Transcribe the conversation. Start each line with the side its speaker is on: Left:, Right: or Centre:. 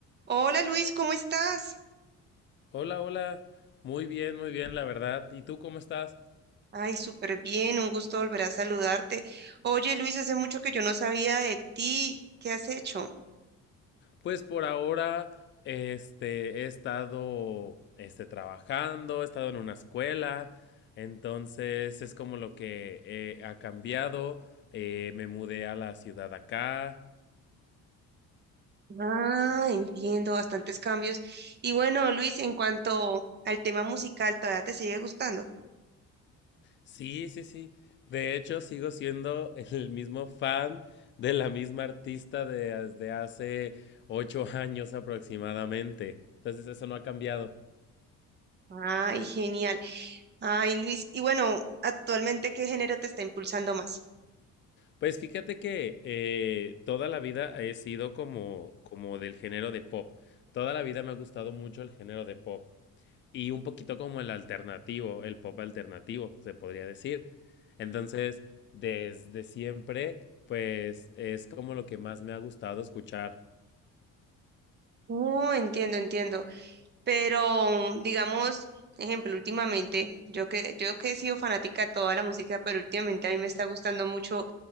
Right: Hola Luis, ¿cómo estás?
Left: Hola, hola. Muy bien, muy bien, la verdad. ¿Y tú cómo estás?
Right: Ay, súper bien, un gusto volver a saludarte. Oye Luis, hace mucho que yo no sabía de ti. ¿Qué has hecho?
Left: Pues por ahora, este, he estado, este, trabajando, he estado en una escuela, entonces es como lo que eh, ha cambiado. eh, me mudé a la ciudad acá.
Right: Ah, entiendo, bastantes cambios. Y bueno, Luis, en cuanto al tema musical, ¿todavía te sigue gustando?
Left: Sí, sí, sí. De hecho, sigo siendo <laughs> el mismo fan de la misma artista de- desde hace ocho años aproximadamente. Entonces eso no ha cambiado.
Right: Ay, genial. Ay, Luis, y bueno, actualmente, ¿qué género te está impulsando más?
Left: Pues fíjate que, eh, toda la vida he sido como como del género de pop. Toda la vida me ha gustado mucho el género de pop, y un poquito como el alternativo, el pop alternativo, se podría decir. Entonces, desde siempre, pues, es como lo que más me ha gustado escuchar.
Right: Oh, entiendo, entiendo. Pero digamos, ejemplo, últimamente, yo que, yo que he sido fanática de toda la música, pero últimamente a mí me está gustando mucho